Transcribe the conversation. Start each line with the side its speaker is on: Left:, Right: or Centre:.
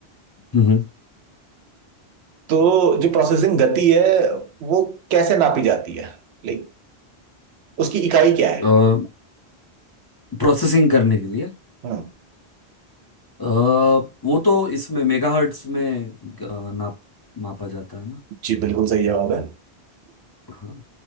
Left: हम्म
Right: तो जो प्रोसेसिंग गति है वो कैसे नापी जाती है लाइक उसकी इकाई क्या है
Left: हम्म प्रोसेसिंग करने के लिए
Right: हम्म
Left: अ, वो तो इसमें मेगाहर्ट्ज में अ, नाप मापा जाता है ना
Right: जी बिल्कुल सही जवाब है
Left: हाँ